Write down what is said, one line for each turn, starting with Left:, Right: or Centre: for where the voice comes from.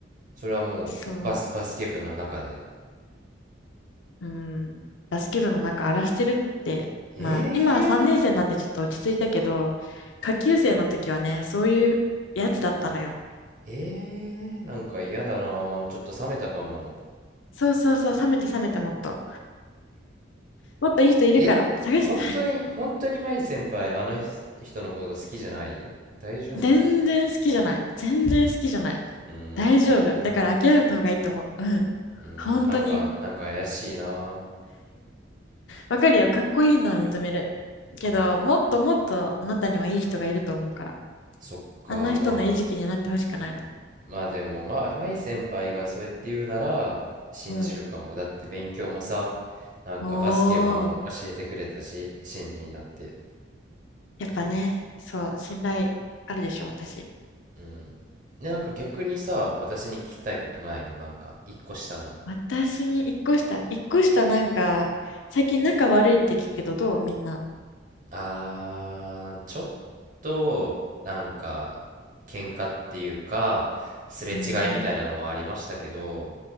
Right: それはもうバス、
Left: そう。
Right: バスケ部の中で。
Left: うん、バスケ部の中荒らしてるって、
Right: ええー、
Left: まあ今は3年生になってちょっと落ち着いたけど、下級生の時はね、そういうやつだったのよ。
Right: ええー、なんか嫌だな。ちょっと冷めたかも。
Left: そうそうそう、冷めて冷めてもっと。もっといい人いるから、
Right: え本当に、
Left: 探し、<laughs>
Right: 本当に舞先輩、あの人のこと好きじゃない大丈夫う
Left: 全然好きじゃない。全然好きじゃない。
Right: ーん、
Left: 大丈夫。だから諦めた方がいいと思う。うん。
Right: うーん、
Left: 本当に。
Right: なんか、なんか怪しいな。
Left: わかるよ。かっこいいのは認める。
Right: うん、
Left: けど、もっともっとあなたにはいい人がいると思うから。
Right: そっか、
Left: あんな人の餌食になってほしくないの。
Right: まあ、まあでも、まあ、舞先輩がそうやって言うなら、信じるかも。
Left: うん。
Right: だって勉強もさ、なんかバスケも教えてくれたし、
Left: おー。
Right: 親身になって。
Left: やっぱね、そう、信頼あるでしょ、私。
Right: うん。で、なんか逆にさ、私に聞きたいことないのなんか、一個下の。
Left: 私に一個下、一個下なんか、最近仲悪いって聞くけど、どうみんな。
Right: あー、ちょっと、なんか、喧嘩っていうか、すれ違いみたいなのはありましたけど、
Left: うん。